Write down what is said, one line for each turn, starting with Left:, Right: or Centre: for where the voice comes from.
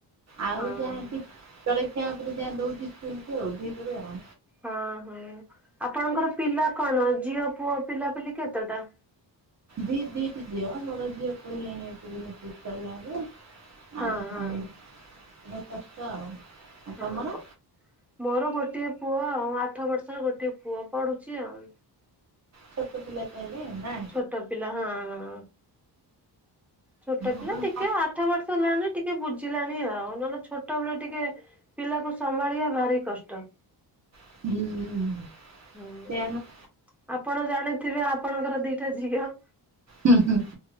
Right: ଆଉ
Centre: ହଁ।
Right: ଯାହା ଜଳଖିଆ ଉପରେ ଯାହା ଦଉଚି ସ୍କୁଲକୁ ଆଉ ଦିପରେ ଆଉ।
Centre: ହଁ ହଁ ଆପଣଙ୍କର ପିଲା କଣ ଝିଅ ପୁଅ ପିଲାପିଲି କେତଟା?
Right: ଦି ଦି ଟି ଝିଅ ବଡ଼ ଝିଅ ପଢିଲାଣି <unintelligible> ସାରିଲାଣି।
Centre: ହଁ
Right: ଆଉ ସାନ
Centre: ହଁ
Right: ବ କଷ୍ଟ ଆଉ। ଆଉ
Centre: ହଁ
Right: ତମର
Centre: ପ ମୋର ଗୋଟିଏ ପୁଅ ଆଉ। ଆଠ ବର୍ଷର ଗୋଟିଏ ପୁଅ ପଢୁଚି ଆଉ।
Right: ଛୋଟ ପିଲା ତାହେଲେ ଆଉ ନାଁ?
Centre: ଛୋଟ ପିଲା ହଁଁ ହଁ। ଛୋଟ ପିଲା
Right: ଆପଣ
Centre: ଟିକେ
Right: କଣ
Centre: ଆଠ ବର୍ଷ ହେଲାଣି ଟିକେ ବୁଝିଲାଣି ଆଉ ନହେଲେ ଛୋଟବେେଳେ ଟିକେ ପିଲାକୁ ସମ୍ଭାଳିବା ଭାରି କଷ୍ଟ।
Right: ହୁଁ।
Centre: ହୁଁ
Right: ସେୟା ନୁହଁ
Centre: ଆପଣ ଜାଣିଥିବେ ଆପଣଙ୍କର ଦିଟା ଝିଅ
Right: ହୁଁ ହଁ